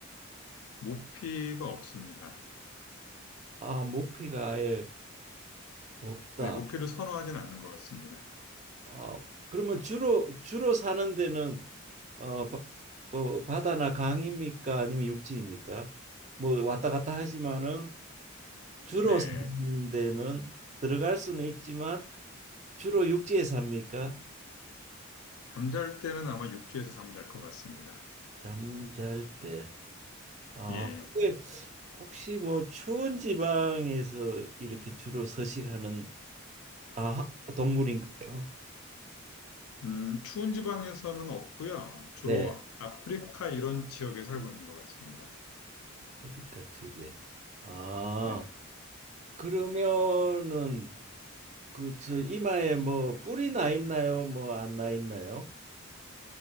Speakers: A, on the left; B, on the right.
A: 모피가 없습니다.
B: 아, 모피가 아예 없다.
A: 네, 모피를 선호하진 않는 것 같습니다.
B: 아, 그러면 주로 주로 사는 데는 어, 바, 어, 바다나 강입니까? 아니면 육지입니까? 뭐 왔다 갔다 하지만은 주로
A: 네.
B: 사는 데는 들어갈 수는 있지만 주로 육지에 삽니까?
A: 잠잘 때는 아마 육지에서 잠잘 것 같습니다.
B: 잠잘 때. 아,
A: 예.
B: 근데 혹시 뭐 추운 지방에서 이렇게 주로 서식하는 아, 동물인가요?
A: 음, 추운 지방에서는 없고요. 주로
B: 네.
A: 네. 아프리카 이런 지역에 살고 있는 것 같습니다.
B: 아프리카 쪽에. 아,
A: 네.
B: 그러면은 그 저 이마에 뭐 뿔이 나 있나요? 뭐 안 나 있나요?